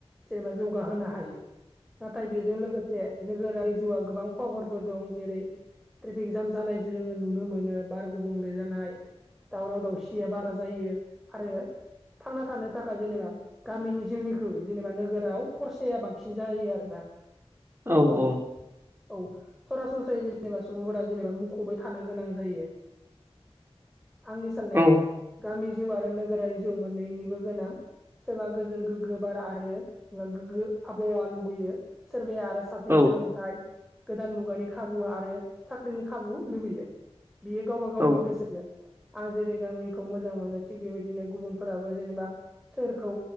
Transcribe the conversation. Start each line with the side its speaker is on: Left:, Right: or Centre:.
Centre: जेनेबा जौगाहोनो हायो नाथाय बेजों लोगो से नोगोरारि जिउआ गोबां खहाफोरबो दं जेरै ट्रेफिक जाम जानाय जोङो नुनो मोनो बार गुबुंले जानाय दावराव दावसिया बारा जायो आरो थांना थानो थाखाय जेनेबा गामिनि जिउनिख्रुइ जेनेबा नोगोराव खरसाया बांसिन जायो आरोना‌।
Right: औ औ।
Centre: औ सरासनस्रायै जेनेबा सुबुंफोरा जेनेबा मुखुबै थानो गोनां जायो।
Right: <inaudible>
Centre: आंनि साननायाव
Right: औ
Centre: गामि जिउ आरो नोगोरारि जिउ मोननैनिबो गोनां। सोरबा गोजोन गोग्गो बार आरो सोरबा गोग्गो आबहावा लुगैयो सोरबाया आरो साबसिन
Right: औ
Centre: सोलोंथाइ गोदान मुगानि खाबु आरो साख्रिनि खाबु लुबैयो। बियो गावबा गावनि
Right: औ
Centre: गोसोजों आं जेरै गामि मोजां मोनो थिग बेबायदिनो गुबुनफोराबो जेनेबा सोरखौ